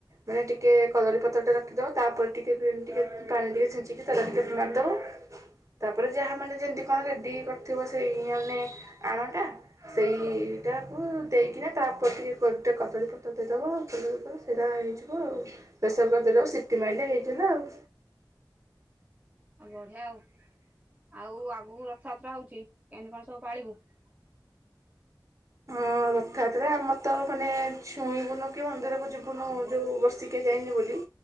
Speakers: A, on the right; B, on the right.
A: ମାନେ ଟିକେ କଦଳୀପତ୍ରଟେ ରଖିଦେବ ତା ପରେ ଟିକେ ଟିକେ ପାଣି ଟିକେ ଛିଞ୍ଚିକି ତେଲ ଟିକେ ମାରିଦେବ। ତାପରେ ଯାହା ମାନେ ଯେମିତି କଣ ରେଡ଼ି କରିଥିବ ସେଇ ମାନେ ଆଣଟା ସେଇଟାକୁ ଦେଇକିନା ତାପରେ ଟିକେ ଗୋଟେ କଦଳୀପତ୍ର ଦେଇଦେବ କଦଳୀପତ୍ର ସେଇଟା ହେଇଯିବ ହ ଆଉ ପ୍ରେସର କୁକରେ ଦେଇଦେବ ସିଟି ମାଇଲେ ହେଇଥିଲା ଆଉ
B: ଆଉ ବଢ଼ିଆ ଆଉ ଆଉ ଆଗକୁ ରଥଯାତ୍ରା ହଉଛି, କେମିତି କଣ ସବୁ ପାଳିବୁ? <unintelligible>
A: ହଁ ରଥଯାତ୍ରା ଆମର ତ ମାନେ ଛୁଇଁବୁନୁ କି ମନ୍ଦିରକୁ ଯିବୁନୁ ଯୋଉ ବର୍ଷିକିଆ ଯାଇନି ବୋଲି।